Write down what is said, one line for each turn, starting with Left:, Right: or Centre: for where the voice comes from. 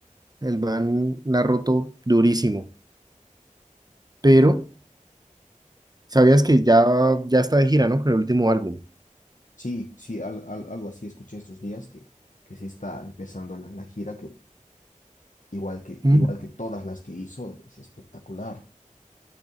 Right: El man la ha roto durísimo, pero sabías que ya, ya está de gira, ¿no? Con el último álbum.
Left: Sí, sí, al- al- algo así escuché estos días que, que sí está empezando la, la gira, que igual que
Right: Mm.
Left: igual que todas las que hizo, es espectacular.